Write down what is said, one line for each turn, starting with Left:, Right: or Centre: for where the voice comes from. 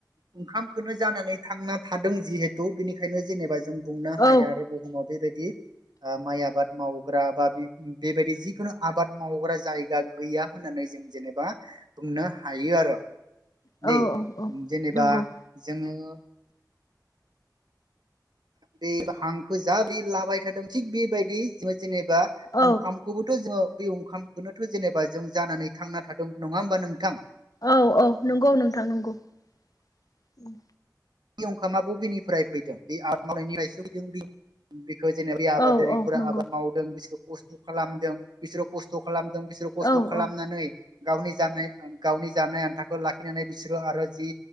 Right: ओंखामखौनो जानो थांना थादों जिहेथु बिनिखायनो जेनेबा जों बुंनो
Left: औ
Right: हाया आरो बुहुमाव बेबायदि ओ माइ आबाद मावग्रा बा बेबायदि जिखुनु आबाद मावग्रा जायगा गैया होननानै जों जेनेबा बुंनो हायो आरो
Left: औ
Right: दै
Left: औ
Right: जेनेबा
Left: नंगौ
Right: <unintelligible> बे हांखो जा बि लाबाय थादों थिग बेबायदि जों जेनेबा
Left: औ
Right: ओंखामखौबोथ' जोङो बे ओंखामखौनोथ' जेनेबा जों जानानै थांना थादों नङा होमबा नोंथां?
Left: औ औ नंगौ नोंथां नंगौ ओम।
Right: बे अंखामा बबेनिफ्राय फैदों बे <unintelligible> बे जेनेबा बे आबादारिफोरा
Left: औ औ नंगौ
Right: आबाद मावदों बिसोरो खस्थ' खालामदों बिसोरो खस्थ' खालाम थों बिसोर खस्थ'
Left: औ
Right: खालामनानै
Left: औ
Right: गावनि जानाय गावनि जानाय आन्थाखौ लाखिनानै बिसोरो आरो जि